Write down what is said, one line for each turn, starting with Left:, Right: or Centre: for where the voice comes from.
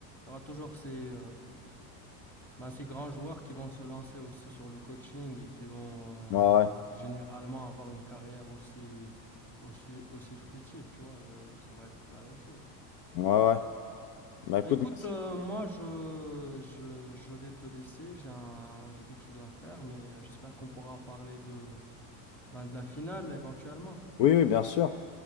Centre: y aura toujours ces, euh, bah, ces grands joueurs qui vont se lancer aussi sur le coaching et qui vont
Left: Ouais, ouais.
Centre: euh, généralement avoir une carrière aussi, aussi, aussi fructive. Tu vois, euh, ça va être la même chose.
Left: Ouais, ouais. Bah écoute,
Centre: Bah écoute,
Left: merci.
Centre: euh, moi je, je, je vais te laisser, j'ai un, j'ai quelque chose à faire, mais euh, j'espère qu'on pourra parler de, ben, de la finale éventuellement.
Left: Oui, oui, bien sûr.